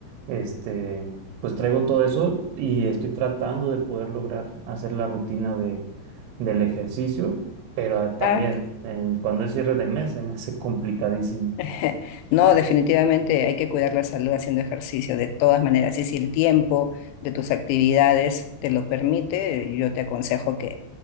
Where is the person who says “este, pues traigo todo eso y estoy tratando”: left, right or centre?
Right